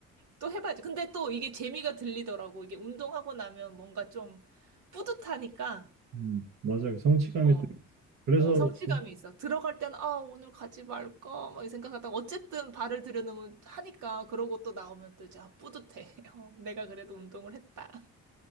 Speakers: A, on the right; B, on the right.
A: 또 해봐야지. 근데 또 이게 재미가 들리더라고. 이게 운동하고 나면 뭔가 좀 뿌듯하니까.
B: 음. 맞아, 그 성취감이
A: 어.
B: 또 있지. 그래서
A: 어, 성취감이
B: 뭐
A: 있어. 들어갈 땐, 아, 오늘 가지 말까? 막이 생각하다가, 어쨌든 발을 들여놓으면 하니까, 그러고 또 나오면 또 이제, 아, 뿌듯해. <laughs> 어, 내가 그래도 운동을 했다.